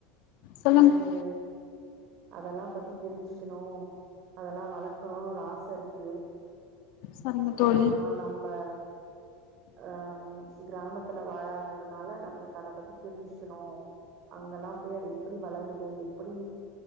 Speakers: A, on the left; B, on the right.
A: சொல்லுங்க
B: எனக்கு அதல்லா பத்தி தெரிஞ்சு க்குணு அதலா வளக்குணு ஒரு ஆசருக்கு
A: சரிங்க
B: ஆ
A: தோழி
B: ஆனா நம்ப ஆ கிராமத்துல வாழாததுனால நம்புளுக்கு அத பத்தி தெரிஞ்சுக்குணு அங்கலா போய் அது எப்புடி வளருது எப்புடி